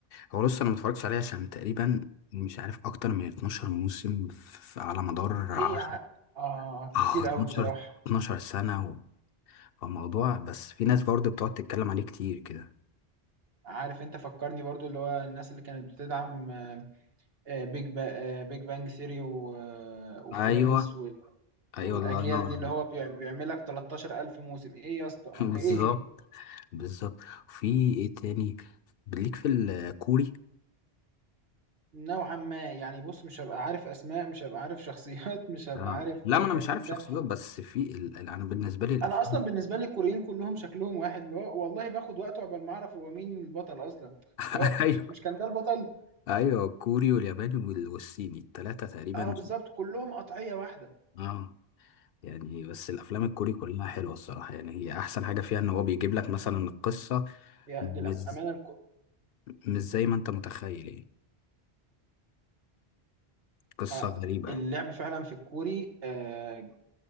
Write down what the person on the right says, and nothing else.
ايه يا ع... اه
كتير
قوي بصراحة
عارف انت فكرني برضو اللي هو الناس اللي كانت بتدعم آه، آه، بيج با آه، بيج بانج ثيري و- آه، وفريندز
وال- والاجيال
دي
اللي هو بيع- بيعمل لك 13000 موسم ايه يا اسطى
آه،
ايه
نوعا ما يعني بص مش هبقى عارف اسماء مش هبقى عارف شخصيات <laughs> مش هبقى
عارف
آه،
فاهم
انت
انا اصلا بالنسبه لي الكوريين كلهم شكلهم واحد اللي هو والله باخد وقت عقبال ما اعرف هو مين البطل اصلا
اللي هو
مش مش كان ده البطل
اه بالظبط كلهم قطعيه واحده
يا
للأمانة
آه،
اللعب فعلا في الكوري اه